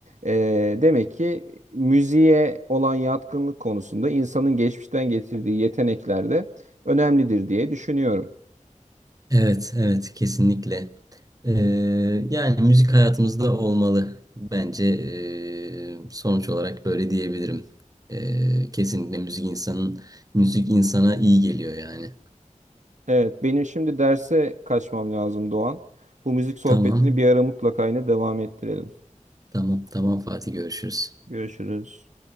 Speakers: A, on the right; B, on the right.
A: Ee, demek ki müziğe olan yatkınlık konusunda insanın geçmişten getirdiği yetenekler de önemlidir diye düşünüyorum.
B: Evet, evet, kesinlikle. Ee, yani müzik hayatımızda olmalı. Bence ee, sonuç olarak böyle diyebilirim. Ee, kesinlikle müzik insanın, müzik insana iyi geliyor yani.
A: Evet, benim şimdi derse kaçmam lazım Doğan. Bu müzik sohbetini
B: Tamam,
A: bir ara mutlaka yine devam ettirelim.
B: tamam, tamam Fatih görüşürüz.
A: Görüşürüz.